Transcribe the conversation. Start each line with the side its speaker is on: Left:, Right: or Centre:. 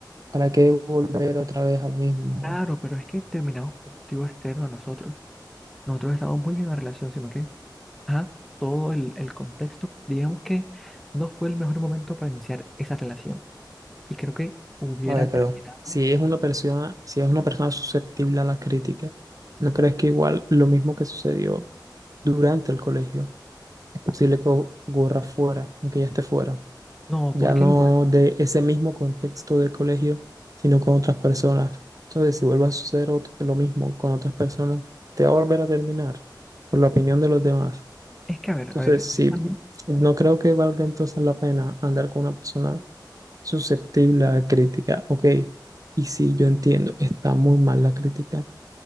Right: ¿para qué volver otra vez a lo mismo?
Centre: claro, pero es que terminamos por un motivo externo a nosotros. Nosotros estábamos muy bien en la relación, sino que, ajá, todo el, el contexto, digamos que no fue el mejor momento para iniciar esa relación. Y creo que hubiera
Right: A ver,
Centre: terminado.
Right: pero si es una persona, si es una persona susceptible a la crítica, ¿no crees que igual lo mismo que sucedió durante el colegio es posible que ocurra fuera, aunque ya esté fuera,
Centre: No,
Right: ya
Centre: porque
Right: no
Centre: igual,
Right: de ese mismo contexto de colegio, sino con otras personas. Entonces, si vuelve a suceder ot- lo mismo con otras personas, te va a volver a terminar por la opinión de los demás.
Centre: es que a ver,
Right: Entonces,
Centre: a ver, yo
Right: sí,
Centre: también,
Right: no creo que valga entonces la pena andar con una persona susceptible a crítica. Ok, y sí, yo entiendo, está muy mal la crítica,